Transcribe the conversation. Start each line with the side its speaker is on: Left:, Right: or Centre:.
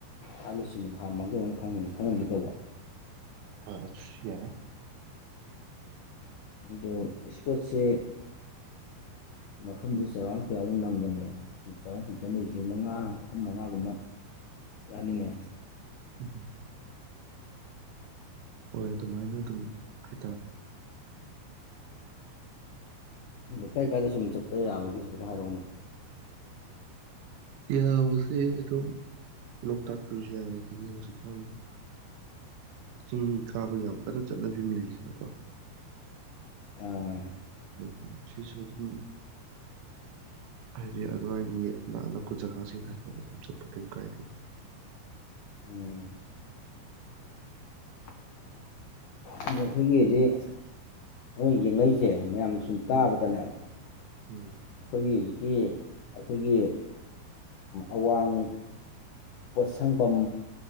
Left: ꯑꯍꯅꯆꯤꯡꯗꯨꯗ ꯍꯥꯟ ꯃꯥꯡꯖꯧꯅꯅ ꯈꯪꯍꯟꯈꯤꯗꯧꯕ
Right: ꯍꯁꯤ ꯌꯥꯏ
Left: ꯑꯗꯣ ꯏꯁꯄꯣꯔꯠꯁꯦ ꯃꯐꯝꯗ ꯆꯔꯥꯎ ꯀꯌꯥꯃꯨꯛ ꯅꯪꯒꯅꯤ ꯆꯥꯔ ꯁꯨꯝ ꯆꯠꯅꯁꯤ ꯃꯉꯥ ꯑꯍꯨꯝ ꯃꯉꯥꯒꯨꯝꯕ ꯌꯥꯅꯤꯉ
Right: ꯎꯝ ꯍꯣꯏ ꯑꯗꯨꯃꯥꯏꯅ ꯑꯗꯨꯝ ꯍꯥꯏꯇꯥꯔꯦ
Left: ꯑ ꯀꯥꯏ ꯀꯥꯏꯗ ꯁꯨꯝ ꯆꯠꯄ ꯌꯥꯕꯒꯤ ꯍꯥꯏꯐꯦꯠꯇ ꯍꯥꯏꯔꯛꯅꯦ
Right: ꯏꯍ ꯍꯧꯁꯦꯗꯣ ꯂꯣꯛ ꯇꯥꯛꯄꯁꯤ ꯌꯥ ꯍꯧ ꯎꯆꯕꯁꯤ ꯀꯩꯅꯣ ꯆꯤꯡ ꯈꯥꯕ ꯌꯥꯝ ꯀꯟꯅ ꯆꯠꯅꯕꯤ ꯑꯃ ꯂꯩꯔꯤꯁꯤꯅꯀꯣ
Left: ꯑꯥ
Right: ꯎꯝ ꯁꯤꯁꯨ ꯑꯗꯨꯝ ꯍꯥꯏꯗꯤ ꯑꯗꯨꯋꯥꯏꯒꯤ ꯑꯅꯛ ꯑꯅꯛꯄ ꯖꯒꯥꯁꯤꯡꯗ ꯍꯥꯏꯇꯥꯔꯦ ꯑꯗꯨꯝ ꯆꯠꯄ ꯀꯩꯝ ꯀꯥꯏꯗꯦ
Left: ꯎꯝ ꯑ ꯑꯩꯈꯣꯏꯒꯤ ꯍꯧꯖꯤꯛ ꯍꯣꯏ ꯌꯦꯡꯉꯩꯁꯦ ꯃꯌꯥꯝ ꯁꯨꯝ ꯇꯥꯕꯗꯅꯦ
Right: ꯎꯝ ꯎꯝ
Left: ꯑꯩꯈꯣꯏꯒꯤ ꯍꯧꯖꯤꯛꯀꯤ ꯑꯩꯈꯣꯏꯒꯤ ꯑꯋꯥꯡ ꯄꯣꯠꯁꯪꯐꯝꯝ